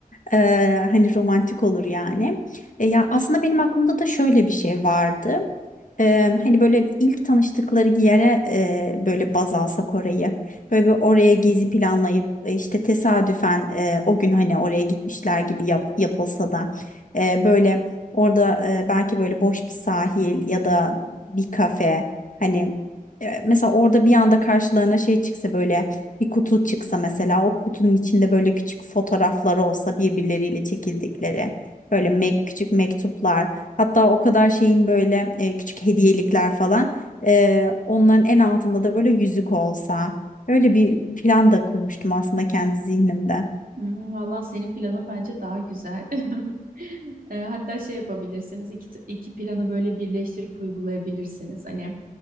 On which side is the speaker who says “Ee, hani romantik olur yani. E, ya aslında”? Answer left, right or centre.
Left